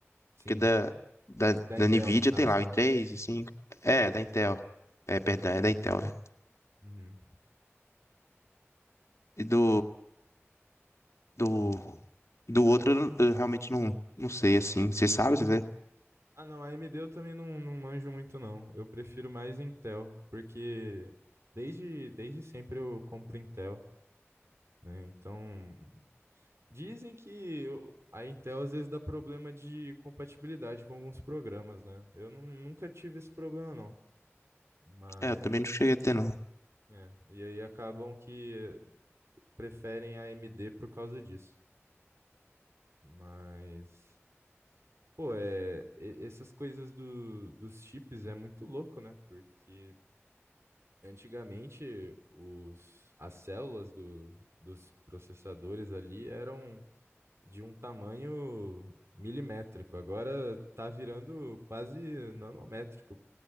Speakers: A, on the right; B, on the left.
A: Sim,
B: Porque da, da,
A: da
B: da
A: Intel
B: Nvidia
A: no caso,
B: tem lá o
A: né?
B: i3, cinco É, da Intel. É, perdão, é da Intel, né?
A: Uhum.
B: E do, do, do outro eu, não- eu realmente não, não sei assim. Você sabe, você vê?
A: Uhum. Ah, não, a AMD eu também não, não manjo muito, não. Eu prefiro mais Intel, porque desde, desde sempre eu compro Intel, né? Então, dizem que o- a Intel às vezes dá problema de compatibilidade com alguns programas, né? Eu nu- nunca tive esse problema, não. Mas,
B: É, eu também não cheguei a ter, não.
A: é, e aí acabam que preferem a AMD por causa disso. Mas, pô, é, e- essas coisas do, dos chips é muito louco, né? Porque antigamente os, as células do, dos processadores ali eram de um tamanho milimétrico. Agora tá virando quase nanométrico.